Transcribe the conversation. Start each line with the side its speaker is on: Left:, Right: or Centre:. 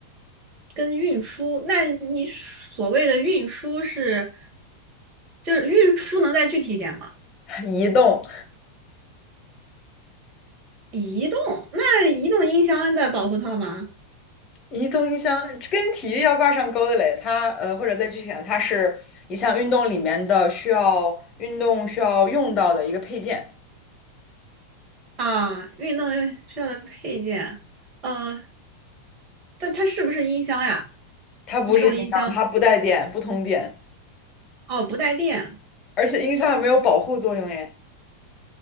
Right: 跟运输。那你所谓的运输是，就是运输能再具体一点吗？
Left: <laughs> 移动，
Right: 移动，那移动音箱的保护套吗？
Left: 移动音箱跟体育要挂上钩的嘞。它呃，或者再具体点，它是一项运动里面的需要运动需要用到的一个配件。
Right: 啊，运动又需要的配件，呃，但它是不是音箱呀？
Left: 它不是音箱，
Right: 移动音箱？
Left: 它不带电，不通电，
Right: 哦，不带电，
Left: 而且音箱也没有保护作用耶。